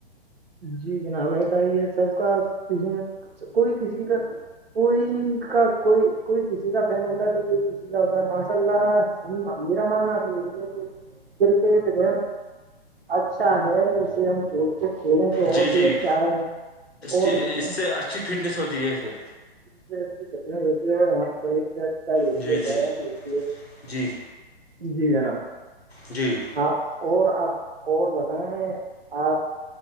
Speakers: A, on the right; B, on the left.
A: جی جناب ایسا ہی ہے سب کا کسی نے کوئی کسی کا کوئی کا کوئی کوئی کسی کا فین ہوتا تو کوئی کسی تا ماشاء اللہمیرمک گ اچھا ہے اسے ہم کھیل کھیلیں تو
B: جی
A: اور
B: جی
A: بھی اچھا ہے اور
B: کی
A: اس میں
B: سے اچھی فٹنس ہوتی ہے پھر
A: سے اچھی کٹن ہوتی ہے اور ہم شریر سے اچھا بھی ہوتی
B: جی
A: ہے بیام
B: جی
A: بھی ہوتی ہے
B: جی
A: جی جناب
B: جی
A: آپ اور آپ اور بتائیں آپ